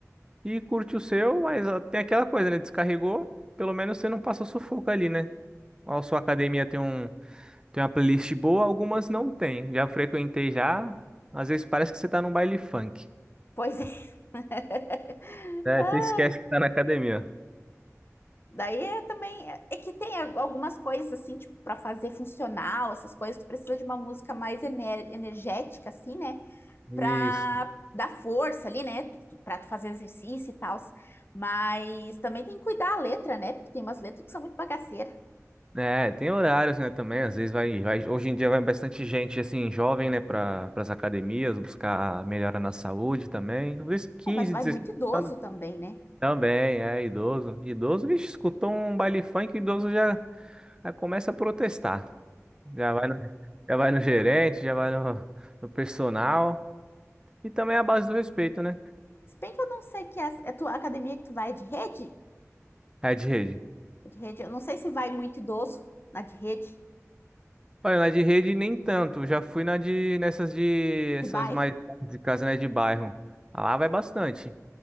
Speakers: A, on the right; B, on the left.
A: E curte o seu, mas ó, tem aquela coisa, né? Descarregou, pelo menos você não passa sufoco ali, né? A sua academia tem um, tem uma playlist boa, algumas não tem. Já frequentei já. Às vezes parece que você tá num baile funk.
B: Pois é. <laughs>
A: É,
B: Ah,
A: você esquece que tá na academia.
B: Daí é também é que tem al- algumas coisas assim, tipo, para fazer funcional, essas coisas, tu precisa de uma música mais ener- energética assim, né?
A: Isso.
B: Pra dar força ali, né? Tu- Pra tu fazer exercício e tal. Mas também tem que cuidar a letra, né? Porque tem umas letras que são muito bagaceiras.
A: É, tem horários, né, também, às vezes vai, vai, hoje em dia vai bastante gente, assim, jovem, né, para as academias, buscar melhora na saúde também, às vezes 15
B: É, mas vai
A: 16
B: muito idoso
A: anos
B: também, né?
A: também, é, idoso, idoso, vixe, escutou um baile funk, idoso já, já começa a protestar, já vai no, já vai no gerente, já vai no, no personal, e também a base do respeito, né,
B: Se bem que eu não sei que é a tua academia que tu vai é de rede,
A: é de rede.
B: É de rede, eu não sei se vai muito idoso na de rede,
A: Olha, na de rede nem tanto, já fui na de, nessas de, essas
B: de bairro.
A: mais de casa, né, de bairro, lá vai bastante.